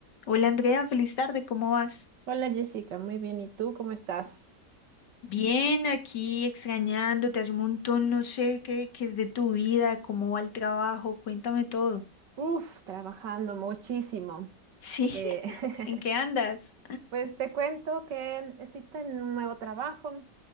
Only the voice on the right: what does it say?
Hola Jessica, muy bien. ¿Y tú cómo estás?
Uf, trabajando muchísimo.
Eh,
<laughs>
pues te cuento que estoy en un nuevo trabajo.